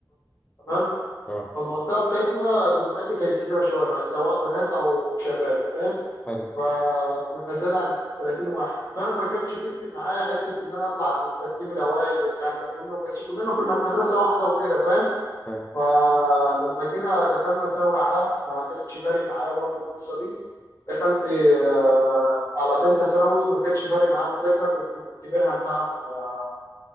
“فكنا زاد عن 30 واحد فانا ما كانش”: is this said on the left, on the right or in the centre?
Left